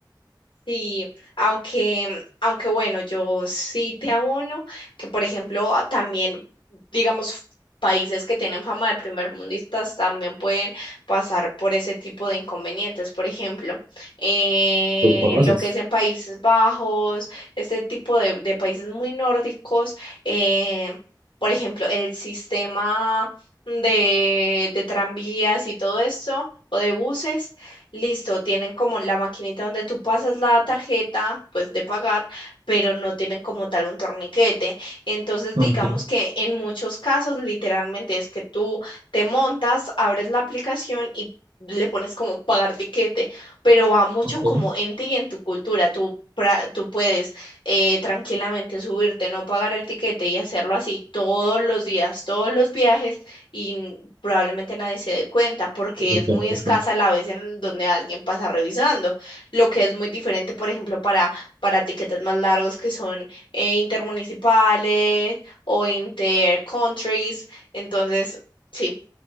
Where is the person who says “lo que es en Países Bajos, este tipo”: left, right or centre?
Left